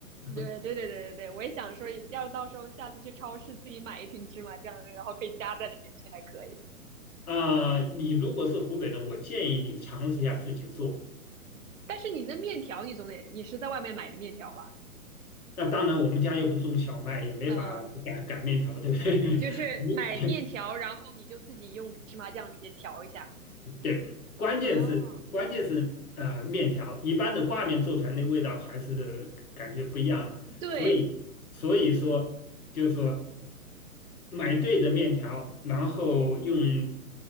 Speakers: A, on the right (about 60°); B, on the left (about 70°).
A: 对，
B: <laughs>
A: 对，对，对，对，对，我也想说，要是到时候下次去超市自己买一瓶芝麻酱，然后可以加在里面去，还可以。
B: 啊、你如果是湖北人，我建议你尝试一下自己做。
A: 但是你那面条，你总得，你是在外面买的面条吧？
B: 那当然，我们家又不种小麦，也没法擀擀面条，
A: 那、
B: 对不对？
A: 就是买面条，
B: <laughs> 你
A: 然后你就自己用芝麻酱直接调一下。
B: <laughs> 对，关键是关键是呃，
A: 哦，
B: 面条一般的挂面做出来那味道还是感觉不一样嘛。
A: 对，
B: 所以所以说，就是说买对的面条，然后用